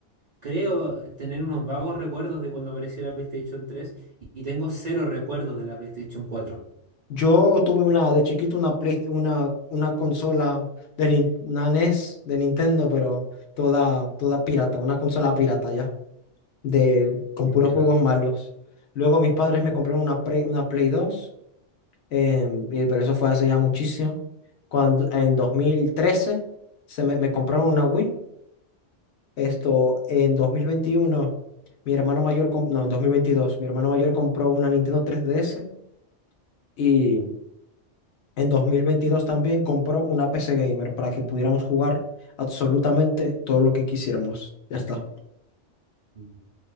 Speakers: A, on the right; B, on the left.
A: creo tener unos vagos recuerdos de cuando apareció la PlayStation 3 y, y tengo cero recuerdos de la PlayStation 4.
B: yo tuve una de chiquito una Play- una, una consola de Nin- una NES de Nintendo, pero toda, toda pirata, una consola pirata ya, de, con
A: Ya,
B: puros juegos malos. Luego mis padres me compraron una Play, una Play 2, em, y- pero eso fue hace ya muchísimo. Cuando, en 2013 se me, me compraron una Wii. Esto, en 2021 mi hermano mayor, com- no, en 2022 mi hermano mayor compró una Nintendo 3DS y en 2022 también compró una PC Gamer para que pudiéramos jugar absolutamente todo lo que quisiéramos. Ya está.
A: mm,